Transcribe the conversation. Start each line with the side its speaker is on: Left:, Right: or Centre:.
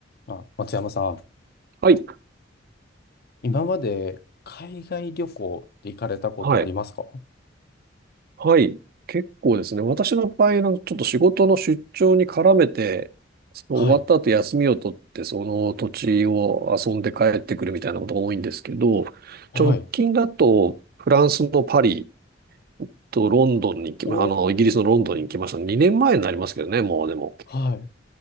Left: あ、松山さん、
Right: はい、
Left: 今まで海外旅行って行かれたことありますか
Right: はい、はい。結構ですね。私の場合のちょっと仕事の出張に絡めて、その終わった後休みを取って、
Left: はい。
Right: その土地を遊んで帰ってくるみたいなことが多いんですけど、
Left: はい。
Right: 直近だとフランスのパリとロンドンに行きま、
Left: お
Right: あの、イギリスのロンドンに行きました。
Left: ー。
Right: 2年前になりますけどね、もうでも。
Left: はい。